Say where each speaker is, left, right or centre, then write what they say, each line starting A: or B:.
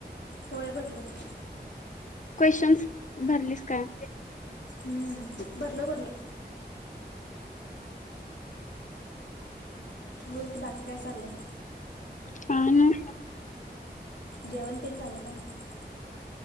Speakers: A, on the left; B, on the left.
A: होय भरलो कि.
B: क्वेश्चन्स भरलीस काय?
A: हम्म भरलो भरलो बोल बाळ काय चाललंय?
B: हा न
A: जेवण तेन झालं का नाय?